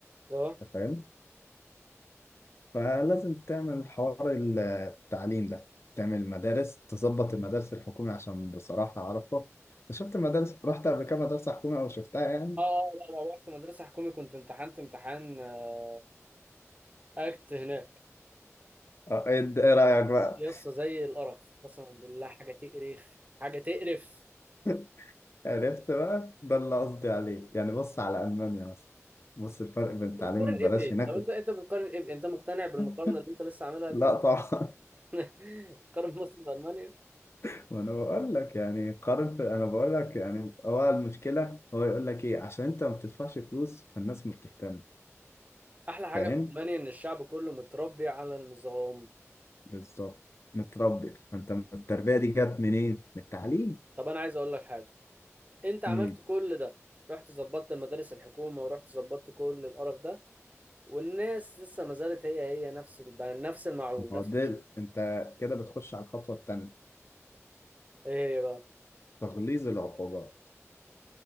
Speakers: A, on the right; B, on the left.
A: اه
B: انت فاهم فلازم تعمل حوار التعليم ده تعمل مدارس تظبط المدارس الحكومي عشان بصراحه عرفه انت شفت المدارس رحت قبل كده مدرسه حكومي او شفتها يعني
A: اه لا لا رحت مدرسة حكومي كنت امتحنت امتحان آه، اكت هناك
B: اه، ايه ايه رايك بقى
A: يا اسطى زي القرف قسما بالله حاجه تقرف حاجه تقرف
B: <laughs> عرفت بقى ده اللي قصدي عليه يعني بص على المانيا مثلا بص الفرق بين التعليم
A: أنت بتقارن
B: ببلاش
A: ايه بايه؟
B: هناك
A: طب انت انت بتقارن ايه بايه؟ انت مقتنع بالمقارنه
B: <laughs>
A: اللي انت لسه عاملها دي؟
B: لا طبعا
A: <laughs> قارن مصر بالمانيا
B: <laughs> ما انا بقول لك يعني قارن في انا بقول لك يعني هو المشكله هو يقول لك ايه عشان انت ما بتدفعش فلوس فالناس ما بتهتم
A: احلى حاجه
B: فاهم
A: في المانيا ان الشعب كله متربي على النظام
B: بالظبط متربي فانت التربيه دي جت منين من التعليم
A: طب انا عايز اقول لك حاجه انت عملت
B: امم
A: كل ده رحت ظبطت المدارس الحكومه ورحت ظبطت كل القرف ده والناس لسه ما زالت هي هي نفس الب- نفس المعون نفس
B: هو ده
A: الش-
B: انت كده بتخش على الخطوه الثانيه
A: ايه هي بقى
B: تغليظ العقوبه